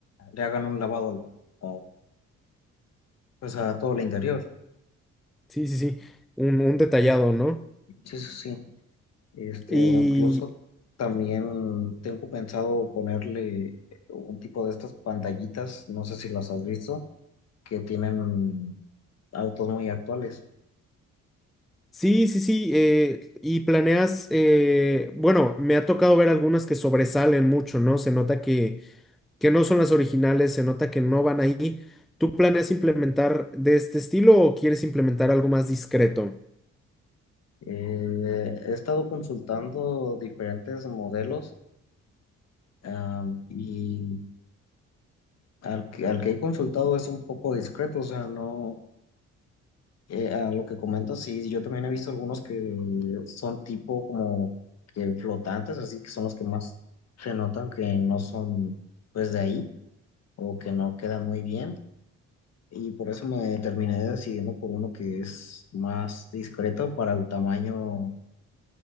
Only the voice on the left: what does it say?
le hagan un lavado al- al- pues a todo el interior.
Sí, sí, sí. Este,
o incluso también tengo pensado ponerle un tipo de estas pantallitas, no sé si las has visto, que tienen autos muy actuales.
Eh, he estado consultando diferentes modelos, am, y al que, al que he consultado es un poco discreto, o sea, no, eh, a lo que comento, sí, yo también he visto algunos que son tipo como que flotantes, así que son los que más se notan que no son pues de ahí o que no quedan muy bien. Y por eso me terminé decidiendo por uno que es más discreto para el tamaño